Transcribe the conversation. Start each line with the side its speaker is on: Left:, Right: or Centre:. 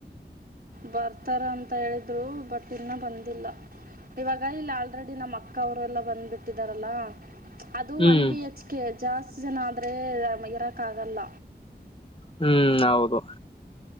Right: ಬರ್ತಾರ ಅಂತ ಹೇಳಿದ್ರು ಬಟ್ ಇನ್ನೂ ಬಂದಿಲ್ಲ. ಇವಾಗ ಇಲ್ಲ ಆಲ್ರೆಡಿ ನಮ್ಮ ಅಕ್ಕ ಅವರುಲ್ಲ ಬಂದ್ಬಿಟ್ಟಿದಾರಲ್ಲಾ. ಅದು
Left: ಹ್ಮ್
Right: ಒನ್ ಬಿ ಹೆಚ್ ಕೆ ಜಾಸ್ತಿ ಜನ ಆದ್ರೆ ಇರಕ್ ಆಗಲ್ಲ.
Left: ಹ್ಮ್ ಹೌದು.